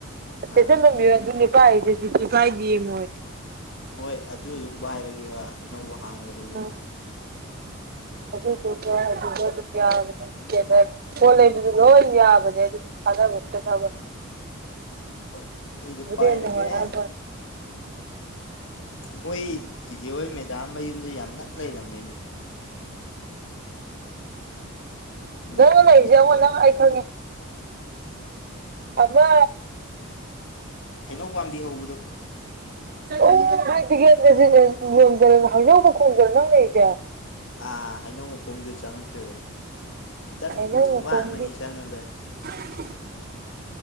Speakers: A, on the left (about 60°); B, on the right (about 45°).
A: ꯑꯥ
B: ꯑꯦ ꯆꯃꯤ ꯑꯗꯨ ꯄꯥꯏꯗꯦꯗꯤ ꯇ ꯄꯥꯏꯗꯤ ꯃꯣꯏ
A: ꯍꯣꯏ ꯑꯗꯨ ꯑꯗꯨꯝ ꯄꯏꯔꯒꯦꯕ ꯑꯅꯧꯕ ꯍꯥꯡꯗ꯭ꯔꯁꯨ
B: ꯎꯝ ꯑꯗꯨꯒ ꯑꯗꯨ ꯌꯥꯕꯅꯦ ꯄꯣꯠ ꯂꯩꯕꯗꯨ ꯂꯣꯏ ꯌꯥꯕꯅꯦ ꯑꯗꯨ ꯊꯥꯅꯕ ꯈꯣꯠꯅꯕ
A: ꯍꯣꯏ ꯑꯗꯨꯗ ꯄꯥꯏꯔꯒꯦ
B: ꯍꯦꯟꯅ ꯅꯨꯡꯉꯥꯏ ꯍꯥꯏꯕꯋꯥꯅꯤ
A: ꯃꯣꯏ ꯆꯤꯖꯤ ꯑꯣꯏ ꯃꯦꯗꯥꯝ ꯃꯌꯨꯝꯁ ꯌꯥꯝ ꯅꯛ ꯂꯩꯔꯝꯃꯤꯅꯦ ꯁꯤꯗꯩ
B: ꯅꯪꯉ
A: ꯈꯤꯇꯪ
B: ꯂꯩꯔꯤꯁꯦ
A: ꯆꯠꯂꯒ
B: ꯑꯃꯨꯛ ꯅꯪ ꯑꯩ ꯈꯪꯉꯦ ꯑꯗ
A: ꯍꯩꯅꯧ ꯄꯥꯝꯕꯤ ꯍꯧꯕꯗꯣ
B: ꯑꯣ ꯍꯥꯏꯗꯤꯒꯦꯟꯗꯗ ꯍꯖꯥꯎꯕ ꯈꯣꯡꯗꯅ ꯅꯪ ꯂꯩꯏꯁꯦ
A: ꯑꯥ ꯍꯥꯏꯩꯅꯧ ꯈꯣꯡꯗꯦ ꯆꯪꯉꯛꯇꯦꯕ ꯈꯤꯇꯪ
B: ꯍꯩꯅꯧ
A: ꯊꯣꯡꯉꯛꯑ
B: ꯃꯈꯣꯡꯒꯤ
A: ꯑꯃꯅꯤꯅꯤ ꯆꯪꯉꯂꯦ
B: <unintelligible>